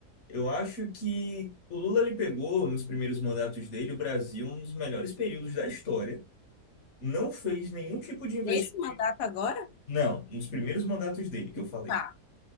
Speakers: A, on the left (about 50°); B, on the left (about 85°).
A: Eu acho que o Lula ele pegou nos primeiros mandatos dele o Brasil um dos melhores períodos da história. Não fez nenhum tipo de investimento.
B: Nesse mandato agora,
A: Não, nos primeiros mandatos dele que eu falei.
B: tá.